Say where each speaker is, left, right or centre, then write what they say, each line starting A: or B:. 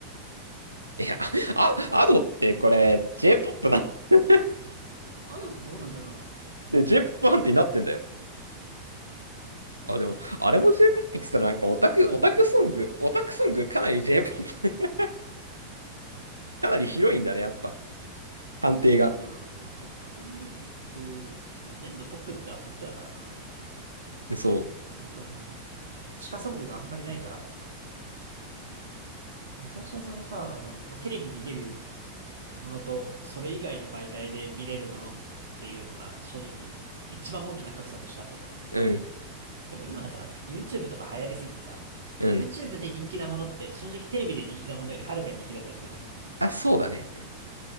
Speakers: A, on the right (about 85°); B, on the right (about 65°).
A: いや、
B: ミセス
A: あ、アドってこれ、j ポップなの。
B: あのってどうなんだろうな。
A: で、j ポップアンティになってんだよ。あ、でも、あれも J-POP って言ったらなんかオタク、
B: まあでも
A: オタクソング、
B: J-POP だからと思うけどな。
A: オタクソングかなり J-POP、<laughs> かなり広いんだね、やっぱ。判定が。
B: うん。まあポップミュージック、その全部ポップってはポップだからな。
A: そ
B: そんな、その、地下ソングがあんまりないから、昔はそのさ、あの、まあ、テレビに出るものと、それ以外の媒体で見れるものっていうのが、正直、一番大きな格差としてあったじゃん。
A: う。うん。
B: でも今はさ、YouTube とか流行りすぎてさ、
A: うん。
B: YouTube で人気なものって、正直テレビで人気なものよりはるかに人気だったりするじゃん。
A: あ、そうだね。